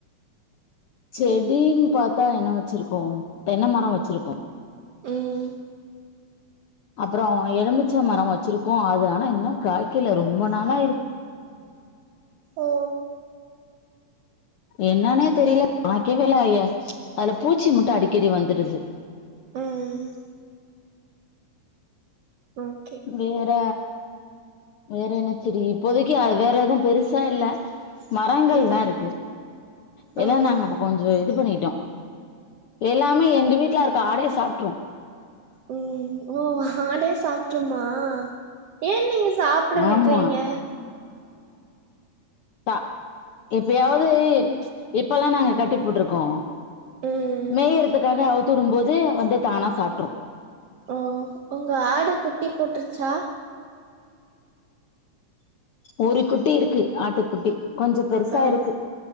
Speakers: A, on the left; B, on the right.
A: செடின் பாத்தா என்ன வெச்சிருக்கோம் தென்ன மரோ வெச்சிருக்கோ.
B: ம்.
A: அப்புறோ எலுமிச்ச மரோ வச்சிருக்கோ அது ஆனா இன்னு காய்க்கல ரொம்ப நாளா இரு
B: ஓ.
A: என்னானே தெரில. வாக்ய வேல ஆயே அதுல பூச்சி மட்டு அடிக்கடி வந்துருது.
B: ம். ஓகே.
A: வேற வேற என்ன சேடி இப்போதைக்கி அது வேற எதும் பெருசா இல்ல. மரங்கள்லா
B: ம்
A: இருக்கு. எல்லா
B: ஓ
A: நாங்க இப்ப கொஞ்சோ இது பண்ணிட்டோ. எல்லாமே எங்க வீட்ல இருக்க ஆடே சாப்ட்ரு.
B: ம் ஓ ஆடே சாப்ட்ருமா? ஏ நீங்க சா ப்ட விட்றீங்க?
A: ஆமா த இப்பயாவ்து இப்பல்லா நாங்க கட்டி போட்ருக்கோ.
B: ம்
A: மேயறதுக்காக அவுத்து உடும் போது வந்து தானா சாப்ட்ரு.
B: ஓ உங்க ஆடு குட்டி போட்ருச்சா?
A: ஒரு குட்டி இருக்கு ஆட்டுக்குட்டி கொஞ்சப் பெருசா
B: ஓ
A: இருக்கு.